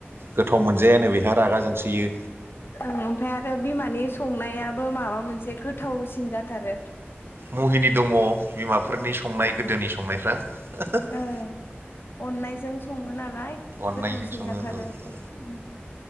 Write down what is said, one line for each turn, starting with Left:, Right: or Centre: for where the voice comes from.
Right: गोथाव मोनजायानो बेहा रागा जोंसोयो।
Left: औ, आमफाय आरो बिमानि संनायाबो माबा मोनसे गोथावसिन जाथारो।
Right: महिनि दङ बिमाफोरनि संनाय गोदोनि संनायफ्रा ओ हो हो।
Left: ओं अननायजों सङो नालाय
Right: अननायजों
Left: गोथावसिन
Right: सङो
Left: जाथारो
Right: औ
Left: अह